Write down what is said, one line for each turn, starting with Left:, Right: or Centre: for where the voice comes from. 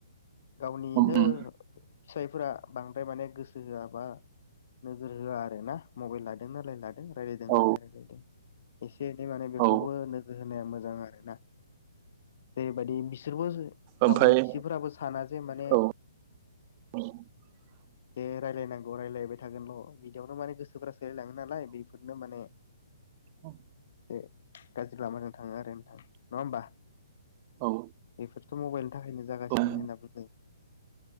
Left: गावनिनो
Right: उम उम
Left: फिसायफोरा बांद्राय माने गोसो होआबा नोजोर होआ आरोना मबाइल लादों लाइन लादों नायदोंना
Right: औ
Left: रायलायदों एसे एनै माने बेखौबो
Right: औ
Left: नोजोर होनाया मोजां आरोना। जेरै बायदि बिसोरबो गावनि
Right: ओमफ्राय
Left: बिसिफोराबो साना जे माने
Right: औ <unintelligible>
Left: जे रायलायनांगौ रायलायबाय थागोल' बिदियावनो माने गोसोफ्रा सोलायलाङो नालाय बे माने
Right: औ
Left: एे गाज्रि लामाजों थाङो आरो नोंथां नङा होमबा
Right: औ
Left: बेफोर मबाइल थाखायनो जागासिनो
Right: औ
Left: होनना बुंदों